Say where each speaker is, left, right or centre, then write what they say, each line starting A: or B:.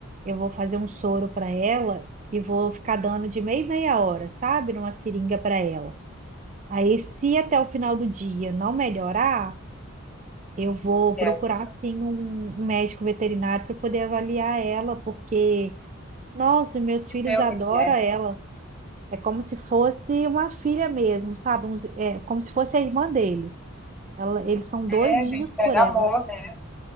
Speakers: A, on the right; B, in the centre.
A: Eu vou fazer um soro para ela e vou ficar dando de meia em meia hora, sabe? Numa seringa para ela. Aí, se até o final do dia não melhorar Eu vou procurar
B: É, aí você
A: sim um um médico veterinário para poder avaliar ela, porque, nossa, meus filhos
B: vê o
A: adoram
B: que que é.
A: ela. É como se fosse uma filha mesmo, sabe? Uns- É como se fosse a irmã deles. Ela- eles são
B: É,
A: doidinhos
B: a gente, pega
A: por ela.
B: amor, né?